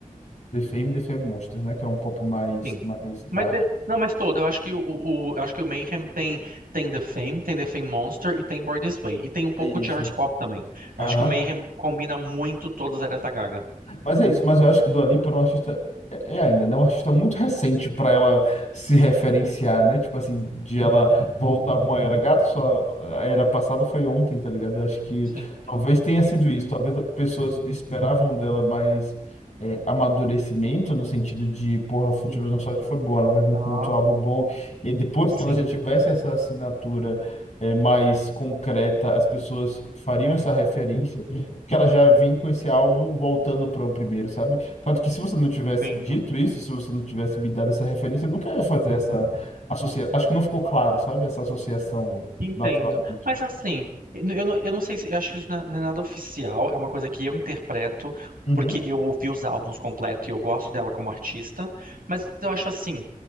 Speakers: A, on the left; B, on the right.
A: The Fame, The Fame Monsters, né, que é um pop mais,
B: Sim.
A: mais dark.
B: Mas de- não, mas todo. Eu acho que o, o- eu acho que o Mayhem tem tem The Fame, tem The Fame Monster e tem Born This Way e tem um pouco
A: É isso.
B: de art pop também.
A: Aham.
B: Eu acho que o Mayhem combina muito todas as áreas da Gaga.
A: Mas é isso, mas eu acho que o Dua Lipa era um artista. É é ainda, né? Um artista muito recente para ela se referenciar, né? Tipo assim, de ela voltar com a era gato, só a era passada foi ontem, tá ligado? Acho que
B: Sim.
A: talvez tenha sido isso. Talvez as pessoas esperavam dela mais é, amadurecimento, no sentido de, porra, o Futebol
B: Hum,
A: Nostálgico foi bom, ela vai vir
B: tá.
A: com outro álbum bom. E aí, depois que
B: Sim.
A: ela já tivesse essa assinatura é, mais concreta, as pessoas fariam essa referência que ela já vinha com esse álbum voltando para o primeiro, sabe? Tanto que se você não tivesse
B: Entendo.
A: dito isso, se você não tivesse me dado essa referência, eu nunca ia fazer essa associação. Acho que não ficou claro, sabe? Essa associação
B: Entendo.
A: naturalmente.
B: Mas assim, eu não, eu não sei se eu acho que isso não é não é nada oficial, é uma coisa que eu interpreto
A: Uhum.
B: porque eu ouvi os álbuns completos e eu gosto dela como artista, mas eu acho assim,